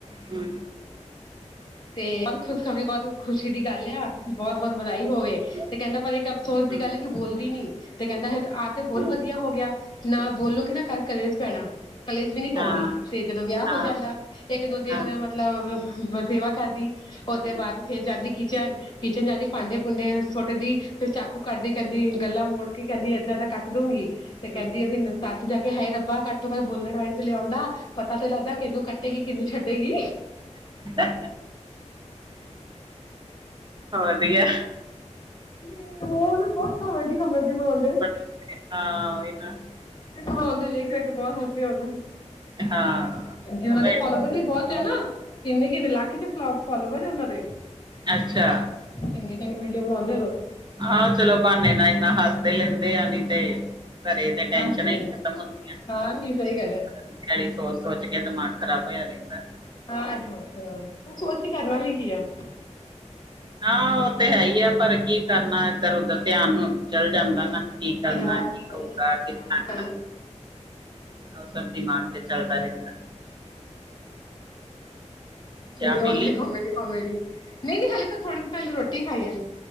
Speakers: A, on the right; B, on the left.
A: ਹਮ।
B: ਤੇ ਬੋਤ ਖੁਸ਼ਖਬਰੀ ਬੋਤ ਖੁਸ਼ੀ ਦੀ ਗੱਲ ਆ। ਬਹੁਤ-ਬਹੁਤ ਵਧਾਈ ਹੋਵੇ।
A: <inaudible>
B: ਤੇ ਕੈਦਾ ਪਰ ਇੱਕ ਅਫਸੋਸ
A: ਹੂੰ
B: ਦੀ ਗੱਲ ਏ ਕਿ ਬੋਲਦੀ ਨੀ ਤੇ ਕਹਿੰਦਾ ਤੇ ਹੋਰ
A: ਹਮ,
B: ਵਧੀਆ ਹੋ ਗਿਆ ਨਾ ਬੋਲੋਗੇ ਨਾ ਕਰ ਕਲੇਸ਼ ਪੈਣਾ। ਕਲੇਸ਼ ਵੀ ਨੀ ਪਊਗੀ
A: ਹਾਂ,
B: ਤੇ ਜਦੋਂ ਵਿਆਹ ਹੋ
A: ਹਾਂ,
B: ਜਾਂਦਾ। ਇੱਕ-ਦੋ ਦਿਨ
A: ਹਾਂ,
B: ਮਤਲਬ ਸੇਵਾ ਕਰਦੀ ਉਹਦੇ
A: ਹੂੰ,
B: ਬਾਅਦ ਫੇਰ ਜਾਂਦੀ ਕਿਚਨ ਖਿਚਨ ਜਾਂਦੀ ਭਾਂਡੇ-ਭੁੰਡੇ ਸੁੱਟਦੀ ਫਿਰ ਚਾਕੂ ਕੱਡਦੀ ਕਹਿੰਦੀ ਗੱਲਾਂ ਮੋੜ ਕੇ ਕਹਿੰਦੀ, ਏਦਾਂ-ਏਦਾਂ ਕੱਟ ਦੋਂਗੀ। ਤੇ
A: ਹੂੰ।
B: ਕਹਿੰਦੀ ਉਹਦੀ ਸੱਸ ਜਾ ਕੇ ਹਾਏ ਰੱਬਾ ਘੱਟ ਤੋਂ ਘੱਟ ਬੋਲਣ ਵਾਲੀ ਤੇ ਲੈ ਆਉਦਾਂ। ਪਤਾ ਤੇ ਲੱਗਦਾ, ਕਿਨੂੰ ਕੱਟੇਗੀ, ਕਿਨੂੰ ਛੱਡੇਗੀ।
A: ' <unintelligible> ' ਵਧੀਆ।
B: ਮੇਰੇ ਓ ਨਾ ਬਹੁਤ ਕਾਮੇਡੀ-ਕਾਮੇਡੀ ਬਣਾਉਂਦੇ
A: ਬੜਾ
B: ਆ।
A: ਵਧੀਆ, ਹਾਂ ਇਹ ਨਾ
B: ਬਣਾਉਂਦੇ ' <unintelligible> ' ਬਹੁਤ ਹਸੀ ਆਉਂਦਾ ਹਾਂ
A: ਹਾਂ ਕਮੇਡੀ
B: ਉਹ ਦੇ ਫੋਲੋਵਰ
A: ਹੂੰ,
B: ਵੀ ਬਹੁਤ ਕਿੰਨੇ-ਕਿੰਨੇ ਲੱਖ 'ਚ' ਫੋ ਫਲੋਵਰ ਉਹਨਾਂ ਦੇ
A: ਅੱਛਾ।
B: ਚੰਗੀ-ਚੰਗੀ ਵੀਡੀਓ ਬਣੋਦੇ ਰੋ।
A: ਹਾਂ, ਚਲੋ ਬਹਾਨੇ ਨਾਲ ਇੰਨਾ ਹੱਸਦੇ ਤੇ ਲੈਂਦੇ ਆ ਨਈ ਤੇ ਘਰੇ ਤੇ ਟੈਸ਼ਨਾਂ
B: ਹਾਂਜੀ
A: ਈ ਨੀ ਖਤਮ ਹੁੰਦੀਆਂ।
B: ਹਾਂਜੀ ਸਹੀ
A: '
B: ਗੱਲ ਹੈ
A: <unintelligible> ' ਸੋਚ-ਸੋਚ ਕੇ ਦਿਮਾਗ ਖ਼ਰਾਬ ਹੋਇਆ ਰਹਿੰਦਾ।
B: ਹਾਂ ਦਿਮਾਗ ਖਰਾਬ, ਹੁਣ ਸੋਚ ਕੇ ਕਰਨਾ
A: ਉਹੀ
B: ਵੀ ਕੀ ਆ।
A: ਹਾਂ, ਉਹ ਤੇ ਹੈ ਆ, ਪਰ ਕੀ ਕਰਨਾ ਇੱਧਰ-ਉੱਧਰ ਧਿਆਨ ਨੂੰ। ਚੱਲ ਜਾਂਦਾ ਨਾ, ਕੀ ਕਰਨਾ,
B: ਹਾਂ
A: ਕੀ
B: ਸਹੀ
A: ਹੋਊਗਾ
B: ਗੱਲ ਹੈ
A: ਕਿਸ
B: ਹਾਂਜੀ
A: ਤਰ੍ਹਾਂ ਉਹ ਸਭ ਦਿਮਾਗ ਤੇ ਚੱਲਦਾ ਰਹਿੰਦਾ। ਚਾਹ
B: ਵੀਡੀਓ
A: ਪੀ
B: ਆਉਂਦੇ,
A: ਲਈ
B: ਕੋਮੇਡੀ-ਕੋਮੇਡੀ ਨਹੀਂ ਨਈ ਹਾਲੇ ਤਾਂ ਥੋੜੇ ' <unintelligible> ' ਪਹਿਲੇ ਰੋਟੀ ਖਾਈ ਐ।